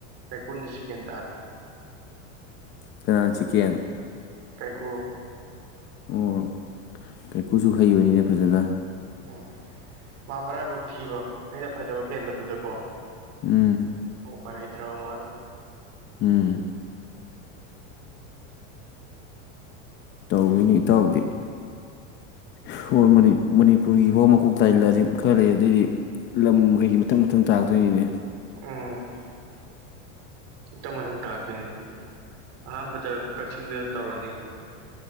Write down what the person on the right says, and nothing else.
ꯀꯩꯀꯨꯅ ꯁꯦꯛꯀꯦꯟ ꯇꯔꯦ
ꯀꯥꯏꯀꯨ
ꯎꯝ ꯃꯥ ꯃꯔꯥꯏꯕꯧ ꯊꯤꯕ ꯑꯩꯅ ꯐꯖꯕ ꯍꯦꯟꯕꯗꯨꯗꯀꯣ
ꯎ ꯄꯥꯏ ꯂꯩꯇ꯭ꯔꯕ ꯃꯥꯗꯣ
ꯎꯝ ꯃꯊꯪ ꯃꯊꯪ ꯇꯥꯛꯔꯇꯣꯏꯅꯤ ꯑꯍꯥꯟꯕꯗ ꯀꯛꯆꯤꯡꯗ ꯇꯧꯔꯅꯤ